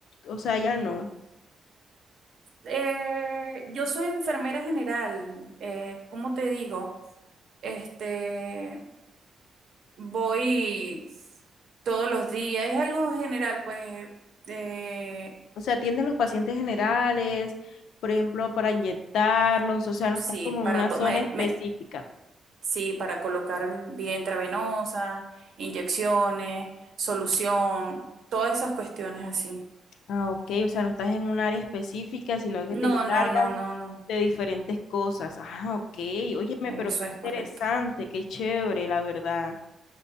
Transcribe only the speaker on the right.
Eh, yo soy enfermera general, eh, ¿cómo te digo? Este, voy todos los días, es algo general, pues, eh,
sí,
para
to-
me-
me- sí, para colocar vía intravenosa, inyecciones, solución, todas esas cuestiones así.
No,
no, no, no, no,
eso
es
correcto.